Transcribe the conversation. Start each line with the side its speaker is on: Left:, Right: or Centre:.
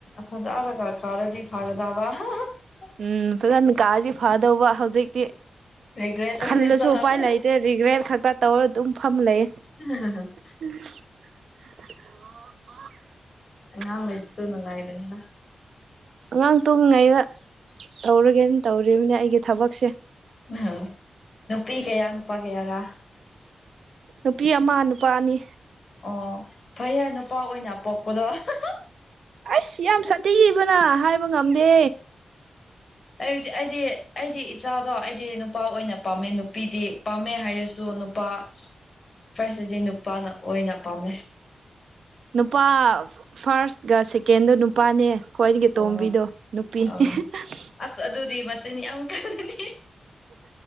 Left: ꯐꯖꯥꯅꯒ ꯀꯔꯗꯤ ꯐꯥꯒꯗꯕ <unintelligible>
Right: ꯎꯝ ꯐꯖꯅ ꯀꯥꯔꯗꯤ ꯐꯥꯗꯧꯕ ꯍꯧꯖꯤꯛꯇꯤ
Left: ꯔꯤꯒ꯭ꯔꯦꯠ ꯑꯣꯏꯅ
Right: ꯈꯜꯂꯁꯨ
Left: ꯆꯥꯕ꯭ꯔꯥ
Right: ꯎꯄꯥꯏ ꯂꯩꯇꯦ ꯔꯤꯒ꯭ꯔꯦꯠ ꯈꯛꯇ ꯇꯧꯔ ꯑꯗꯨꯝ ꯐꯝ ꯂꯩꯌꯦ
Left: <unintelligible>
Right: ꯑꯣꯑꯣ
Left: ꯑꯉꯥꯡ ꯂꯩꯕꯁꯨ ꯅꯨꯡꯉꯥꯏꯕꯅꯤꯗ
Right: ꯑꯉꯥꯡ ꯇꯨꯝꯃꯤꯉꯩꯗ ꯇꯧꯔꯒꯦꯅ ꯇꯧꯔꯤꯕꯅꯤ ꯑꯩꯒꯤ ꯊꯕꯛꯁꯦ
Left: ꯑꯝ ꯅꯨꯄꯤ ꯀꯌꯥ ꯅꯨꯄꯥ ꯀꯌꯥꯔ
Right: ꯅꯨꯄꯤ ꯑꯃ ꯅꯨꯄꯥ ꯑꯅꯤ
Left: ꯑꯣ ꯐꯩꯌꯦ ꯅꯨꯄꯥ ꯑꯣꯏꯅ ꯄꯣꯛꯄꯗꯣ <unintelligible>
Right: ꯑꯁ ꯌꯥꯝ ꯁꯥꯠꯊꯤꯕꯅ ꯍꯥꯏꯕ ꯉꯝꯗꯦ
Left: ꯑꯩꯗꯤ ꯑꯩꯗꯤ ꯑꯩꯒꯤ ꯏꯆꯥꯗꯣ ꯑꯩꯗꯤ ꯅꯨꯄꯥ ꯑꯣꯏꯅ ꯄꯥꯝꯃꯦ ꯅꯨꯄꯤꯗꯤ ꯄꯥꯝꯃꯦ ꯍꯥꯏꯔꯁꯨ ꯅꯨꯄ ꯄꯥ ꯐꯔꯁꯇꯗꯤ ꯅꯨꯄꯥꯅ ꯑꯣꯏꯅ ꯄꯥꯝꯃꯦ꯫
Right: ꯅꯨꯄꯥ.. ꯐꯔꯁꯒ ꯁꯦꯀꯦꯟꯗ ꯅꯨꯄꯥꯅꯦ꯫ ꯈ꯭ꯋꯥꯏꯗꯒꯤ
Left: ꯑꯣ
Right: ꯑꯇꯣꯝꯕꯤꯗꯣ ꯅꯨꯄꯤ
Left: ꯑꯪ
Right: <unintelligible>
Left: ꯑꯁ ꯑꯗꯨꯗꯤ ꯃꯆꯤꯟ ꯌꯥꯝ ꯀꯜꯂꯅꯤ꯫